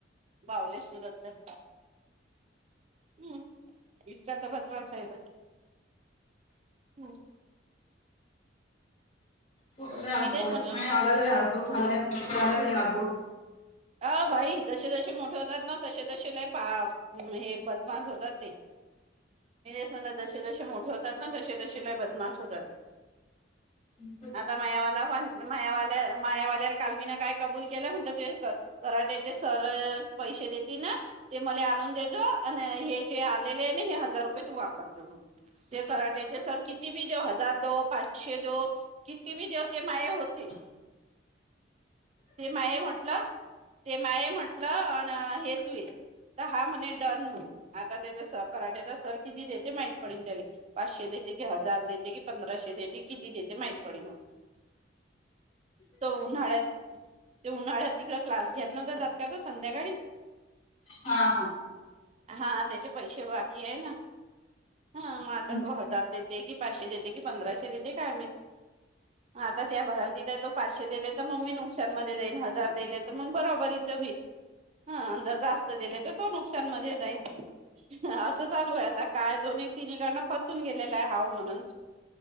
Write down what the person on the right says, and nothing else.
बावलेश्वरत च हम्म विचारता बदमान साहेब हम्
मी तेच म्हणलं मग
अ भाई जसे जसे मोठे होतात ना तसे तसे ल पा हे बदमास होतात ते मस म्ह जसे जसे मोठे होतात ना तसे तसेलाय बदमास होतात ते
आता मायावाला पण मायावाल्या मायावाल्याला कालमीन काय कबूल केलं म्हणत ते येत कराट्याचे सर पैसे देतील ना ते मला आणून देजो आणि हे जे आलेले आहे ना हे हजार रुपये तू वापरजो म्ह ते कराट्याचे सर किती बी दे हजार दो पाचशे देो किती मी देवते माय होते
ते माय म्हटलं ते माय म्हंटलं अ हे तू ये तर हा म्हणे डन म्हणून आता त्याचा स कराट्याचा सर किती देत ते माहित पडेल त्याला पाचशे देते की हजार देते की पंधराशे देते किती देते माहित पडडेल
तो उन्हाळ्यात ते उन्हाळ्यात तिकडे क्लास घेेतन तर जात का ना संध्याकाळी
हा त्याचे पैसे बाकी आहे ना हा मग आता
तो हजार देते की पाचशे देते की पंधराशे देते काय म आता त्या भरांती द तो पाचशे दिले तर मम्मी नुकसाांमध्ये देईल हजार दिले मग बरोबरीच होईल ह अधर जास्त दिले तर तो नुकसान मध्ये जाई असं चालू आहे आता काय दोन्ही तिन्ही गण फसून गेलेलं आहे हाव म्हणून.